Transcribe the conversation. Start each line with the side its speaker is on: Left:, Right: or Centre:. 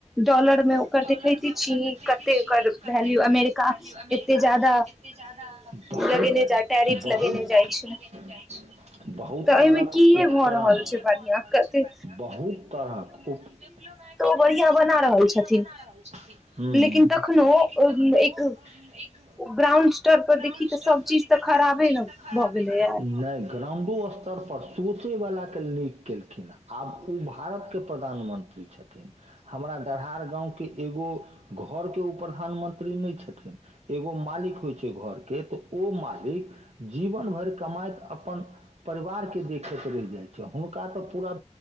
Centre: डॉलर
Right: डॉलरमे
Centre: मे ओकर देखैते
Right: ओकरकेँ
Centre: छी
Right: देखैछी
Centre: कते ओकर
Right: कते
Centre: वैल्यू
Right: ओकर
Centre: अमेरिका
Right: वैल्यू अमेरिकाक
Centre: एते जादा
Right: एतेक ज्यादा टैरिफ
Centre: लगेने जा लगेने जाइ छै
Right: लेगेने जाइ छै बहुत
Centre: तऽ
Right: तरहक
Centre: एहिमे किए
Right: उपकरण
Centre: भऽ रहल
Right: भऽ
Centre: छै बढ़िआँ
Right: रहल
Centre: कते
Right: छै बहुत तरहक डिप्लोमेटिक <unintelligible>
Centre: बढ़ियां बना रहल
Right: बढ़ियां
Centre: छथिन
Right: बना रहल छथिन
Centre: लेकिन तखनो
Right: लेकीन तखनो
Centre: एक
Right: एक
Centre: ग्राउंड स्तर पर
Right: ग्राउंड
Centre: देखी तऽ
Right: स्तर
Centre: सब
Right: पर
Centre: चीज
Right: देखि तऽ
Centre: खराबे
Right: सभ चीज
Centre: ने
Right: तऽ खराबे
Centre: भऽ गेलैए
Right: ने भेलै, नई ग्राउंडो स्तर पर सोंचैय वला केँ नीक केलखिन आब ओ भारतकेँ प्रधानमंत्री छथिन हमरा कहार गाँवकेँ एगो घरके ओ प्रधानमंत्री नहि छथिन एगो मालिक होइ छै घरकेँ तऽ ओ मालिक जीवन भरि कमाइत अपन परिवार केँ देखैत रहि जाइत छै हुनका तऽ पूरा